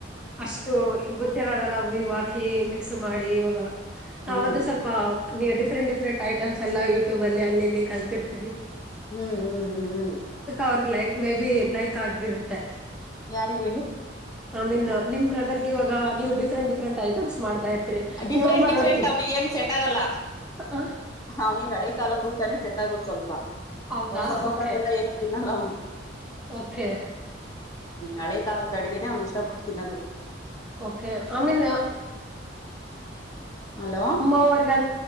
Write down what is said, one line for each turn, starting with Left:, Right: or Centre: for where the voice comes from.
Centre: ಅಷ್ಟು ಈಗ ಗೊತ್ತಿರದಲ್ಲ ಓ ಇವ್ ಹಾಕಿ ಮಿಕ್ಸ್ ಮಾಡಿ ಇವಾಗ.
Left: ಹ್ಮ್
Centre: ಅವದು ಸ್ವಲ್ಪ. ನೀ ದೋಫರೆಂಟ್ ಡಿಫ್ರಂ ಐಟ್ಸ್ ಎಲ್ಲ ಯಟ್ಯೂಬ್ ಅಲ್ಲಿ ಅಲ್ಲಿಲ್ಲಿ. ಕಲ್ತಿರ್ತಿವಿ.
Left: ಹ್ಮ್ ಹ್ಮ್ ಹ್ಮ್ ಹ್ಮ್
Centre: ಅವ್ರಗ್ ಲೈಕ್ ಮೇ ಬಿ ಲೈಕ್ ಆಗಿರುತ್ತೆ.
Left: ಯಾರಿಗೆ ಹೇಳಿ
Centre: ಐ ಮೀನ್ ನಿಮ್ ಬ್ರದರ್ಗ್ ಗೆ ಇವಗ ನೀವು ಡಿಫ್ರೆಂಟ್ ಡಿಫೆರೆಂಟ್ ಐಟಮ್ಸ್. ಮಾಡ್ತಾ ಇರ್ತೀರಿ
Left: ಡಿಫ್ರೆಂಟ್
Centre: ನಿಮ್ಮಮ್ಮ
Left: ಡಿಫ್ರೆಂಟ್
Centre: ರೊಟ್ಟಿ
Left: ಅವ್ನಿಗೆ ಏನ್ ಸೆಟ್ ಆಗಲ್ಲ
Centre: ಅ
Left: ಅವ್ನಿನಿಗಳೇ ಕಾಲ ಉಟನೆ ಸೆಟ್ ಆಗೋದ್ ಸ್ವಲ್ ಪ್ಪ
Centre: ಹೌದಾ
Left: ಹೊಸ ಹೊಸಾಗೆಲ್ಲ
Centre: ಓಕೆ
Left: ಏನು ಸೆ ತಿನಲ್ಲ ಅವ್ನು.
Centre: ಓಕೆ
Left: ಹಳೆ ಕಾಲದ ಅಡಗೆನ ಅವ್ನು ಇಷ್ಟಪಟ್ಟತಿನದು
Centre: ಓಕೆ ಐ ಮೀನ್
Left: ಹಲೋ
Centre: ಅಮ್ಮವರ್ಗ